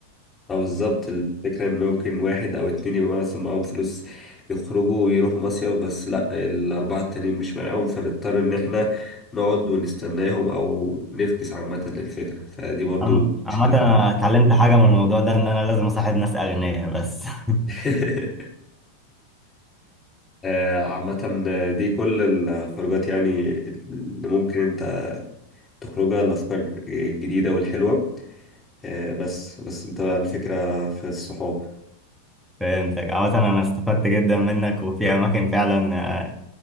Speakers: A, on the left (about 15°); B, in the centre.
A: او بالظبط الفكرة ان ممكن واحد او اتنين يبقى مثلا معاهم فلوس يخرجوا ويروحوا مصيف بس لا الاربعة التانيين مش معاهم فنضطر ان احنا نقعد ونستناهم او نفكس عامة للفكرة فدي برضو
B: عم- عامة
A: مشكلة
B: أنا
A: كبيرة
B: اتعلمت حاجة من الموضوع ده إن أنا لازم أصاحب ناس أغنياء بس <laughs>
A: <laughs> آه، عامة آه، دي كل الخروجات يعني اللي ممكن انت تخرجها الأفكار الجديدة والحلوة آه، بس بس انت بقى الفكرة في الصحاب
B: فهمتك عامة أنا استفدت جدا منك وفي أماكن فعلا آه،